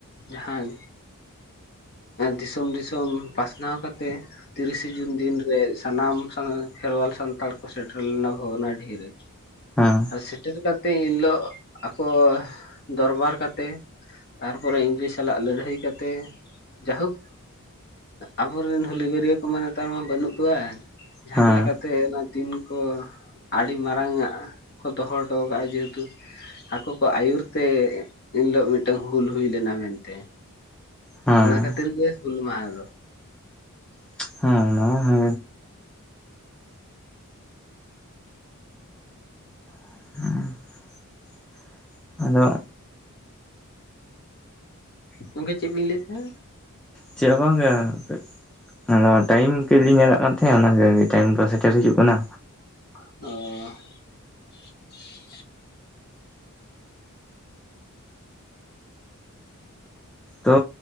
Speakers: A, on the left; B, in the centre.
A: ᱡᱟᱸᱦᱟᱭ ᱫᱤᱥᱚᱢ ᱫᱤᱥᱚᱢ ᱯᱟᱥᱱᱟᱣ ᱠᱟᱛᱮ ᱛᱮ ᱛᱤᱨᱤᱥᱤ ᱡᱩᱱ ᱫᱤᱱ ᱨᱮ ᱥᱟᱱᱟᱢ ᱠᱷᱮᱨᱣᱟᱞ ᱥᱟᱱᱛᱟᱲ ᱠᱚ ᱥᱮᱴᱮᱨ ᱞᱮᱱᱟ ᱵᱷᱚᱜᱽᱱᱟ ᱰᱤᱦᱤ ᱨᱮ
B: ᱦᱮᱸ
A: ᱥᱮᱴᱮᱨ ᱠᱟᱛᱮ ᱤᱱ ᱦᱤᱞᱳᱜ ᱟᱠᱚ ᱫᱚᱨᱵᱟᱨ ᱠᱟᱛᱮ ᱛᱟᱨᱯᱚᱨᱮ ᱤᱝᱨᱮᱡᱽ ᱥᱟᱞᱟᱜ ᱞᱟᱹᱲᱦᱟᱹᱭ ᱠᱟᱛᱮ ᱡᱟ ᱦᱳᱠ ᱟᱵᱚᱨᱮᱱ ᱦᱩᱞᱜᱟᱹᱨᱭᱟ ᱠᱚᱢᱟ ᱱᱮᱛᱟᱨ ᱢᱟ ᱵᱟᱹᱱᱩᱜ ᱠᱚᱣᱟ ᱡᱟᱸᱦᱟ
B: ᱦᱮᱸ
A: ᱞᱮᱠᱟᱛᱮ
B: ᱦᱮᱸ
A: ᱚᱱᱟ ᱫᱤᱱ ᱠᱚ ᱟᱹᱰᱤ ᱢᱟᱨᱟᱝ ᱟᱜ ᱠᱚ ᱫᱚᱦᱚ ᱦᱚᱴᱚ ᱠᱟᱜᱼᱟ ᱡᱮᱦᱩᱛᱩ ᱟᱠᱚ ᱠᱚ ᱟᱹᱭᱩᱨᱛᱮ ᱮᱱᱦᱤᱞᱳᱜ ᱢᱤᱫᱴᱟᱝ ᱦᱩᱞ ᱦᱩᱭ ᱞᱮᱱᱟ ᱢᱮᱱᱛᱮ
B: ᱦᱮᱸ
A: ᱚᱱᱟ ᱠᱷᱟᱹᱛᱤᱨ ᱜᱮ ᱦᱩᱞ ᱢᱟᱦᱟ ᱫᱚ
B: <unintelligible> <unintelligible> <unintelligible>
A: ᱜᱚᱝᱠᱮ ᱪᱮᱫ ᱵᱤᱱ ᱞᱟᱹᱭ ᱮᱫ ᱛᱟᱦᱮᱫ ᱦᱟᱸ
B: ᱪᱮᱫ ᱦᱚ ᱵᱟᱝ ᱭᱟ ᱦᱟᱯᱮᱜ ᱟᱫᱚ ᱴᱟᱭᱤᱢ ᱠᱟ. ᱡ ᱞᱤᱧ ᱧᱮᱞᱟᱜ ᱠᱟᱱ ᱛᱟᱦᱮᱫ ᱚᱱᱟ ᱜᱮ ᱴᱟᱭᱤᱢ ᱫᱚ ᱥᱮᱴᱮᱨ ᱦᱤᱡᱩᱜ ᱠᱟᱱᱟ
A: <unintelligible>
B: ᱛᱚ